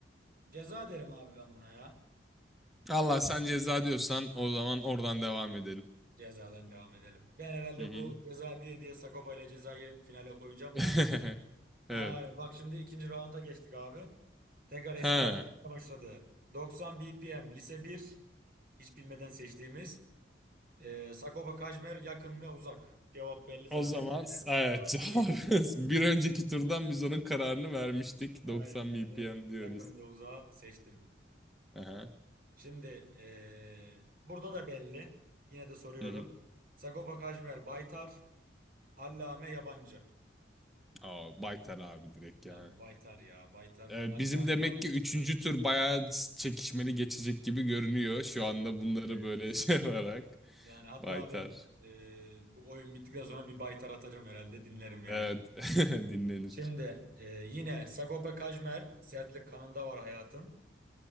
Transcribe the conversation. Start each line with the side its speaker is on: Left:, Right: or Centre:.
Right: Ceza derim abi ben buna ya.
Centre: Allah sen ceza diyorsan o zaman oradan devam edelim.
Right: Cezadan devam edelim. Ben herhalde
Centre: Hı hı.
Right: bu ceza diye diye Sagopa ile cezayı finale koyacağım
Centre: <laughs>
Right: da. Ay,
Centre: Evet.
Right: bak şimdi ikinci raunda geçtik abi. Tekrar eskiler
Centre: Ha.
Right: <laughs> başladı. 90 BPM lise bir, hiç bilmeden seçtiğimiz e, Sagopa Kajmer yakın ve uzak. Cevap belli zaten.
Centre: O zaman evet
Right: Bir yorum
Centre: cevap
Right: alayım.
Centre: <laughs> bir önceki turdan biz onun kararını vermiştik.
Right: Aynen
Centre: 90
Right: öyle.
Centre: BPM diyoruz.
Right: Yakın ve uzağı seçtim.
Centre: Aha.
Right: Şimdi e, burada da belli. Yine de soruyorum.
Centre: Hı hı.
Right: Sagopa Kajmer Baytar, Allame Yabancı.
Centre: Aa, Baytar abi direkt
Right: Ha,
Centre: yani.
Right: bu Baytar ya. Baytar
Centre: Ee,
Right: hatta
Centre: bizim demek
Right: şu an
Centre: ki üçüncü tur bayağı çekişmeli geçecek gibi görünüyor. Şu
Right: öyle
Centre: anda
Right: gözüküyor.
Centre: bunları böyle
Right: Evet.
Centre: <laughs> şey yaparak.
Right: Yani hatta
Centre: Baytar.
Right: ben e, bu oyun bittikten sonra bir baytar atacağım herhalde dinlerim yani.
Centre: Evet. <laughs> Dinlenir.
Right: Şimdi e, yine Sagopa Kajmer sertlik kanında var hayatın.